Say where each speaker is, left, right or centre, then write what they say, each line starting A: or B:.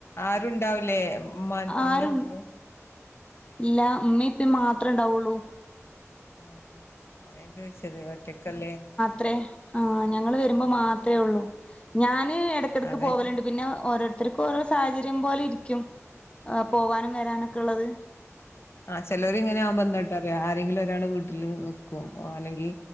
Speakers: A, on the left; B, on the left.
A: ആരുണ്ടാവില്ലേ ഇമ്മാന്റെ നിങ്ങളും
B: ആരും
A: പോവും
B: ഇല്ല ഉമ്മയും ഇപ്പേ മാത്രം ഇണ്ടാവുള്ളൂ
A: ആഹ് അതാ ഞാൻ ചോയിച്ചത് ഒറ്റക്കല്ലേ
B: ത്രേ ആഹ് ഞങ്ങള് വരുമ്പോ മാത്രേള്ളൂ ഞാന് ഇടക്കിടക്ക്
A: അതായിരിക്കും
B: പോവലുണ്ട് പിന്നെ ഓരോരുത്തർക്കും ഓരോ സാഹചര്യം പോലെയിരിക്കും ആഹ് പോവാനും വരാനൊക്കെള്ളത്
A: ആഹ് ചിലോരെ ഇങ്ങനെ ആവുമ്പോ എന്തകാട്ടാറിയോ ആരെങ്കിലും ഒരാൾ വീട്ടില് നിക്കും അല്ലെങ്കിൽ